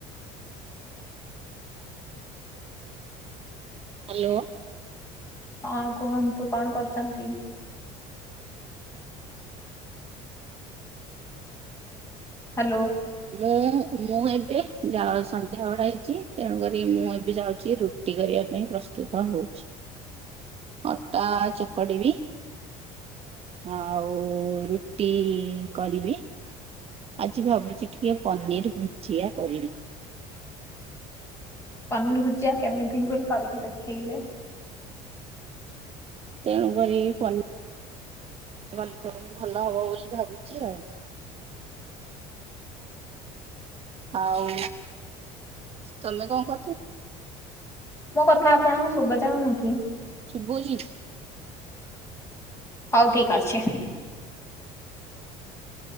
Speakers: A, on the left; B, on the right.
A: ହ
B: ହାଲୋ।
A: କଣ କୁହନ୍ତୁ କଣ କରୁଛନ୍ତି। ହାଲୋ।
B: ମୁଁ ମୁଁ ଏବେ ସନ୍ଧ୍ୟା ଜାଅ ସନ୍ଧ୍ୟା ଘଡ ହେଇଛି ତେଣୁ କରି ମୁଁ ଏବେ ଯାଉଛି ରୁ ଟି କରିବା ପାଇଁ ପ୍ରସ୍ତୁତ ହଉଛି।
A: ହୁଁ
B: ଅଟା ଚକଡି ବି। ଆଉ ରୁଟି କରିବି। ଆଜି ଭାବୁଛି ଟିକେ ପନିର ଭୁଜିଆ କରିବି।
A: ପନିର ଭୂଜିଆ କେମିତି ହୁଏ କରିକି ଦେଖେଇଲେ।
B: ତେଣୁକରି ପରି ଭଲ ହବ ବୋଲି ଭାବୁଛି ଆଉ। ଆଉ ତମେ କଣ କରୁଥିଲ।
A: ମୋ କଥା ଆପଣଙ୍କୁ ଶୁବା ଯାଉନି କି।
B: ଶୁବୁଚି।
A: ହଉ ଠିକ ଅଛି।